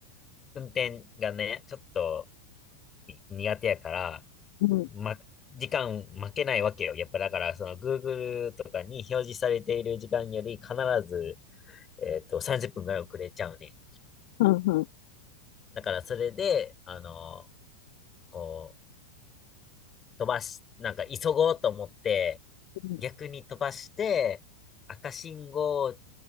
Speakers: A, on the left; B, on the left.
A: 運転がね、ちょっとに苦手やから、
B: うん、
A: ま、時間負けないわけよ。やっぱだから、その Google とかに表示されている時間より必ず、えっと、30分ぐらい遅れちゃうね。
B: うん、うん、
A: だから、それで、あの、こう、飛ばし、なんか急ごうと思って、
B: うん。
A: 逆に飛ばして、赤信号を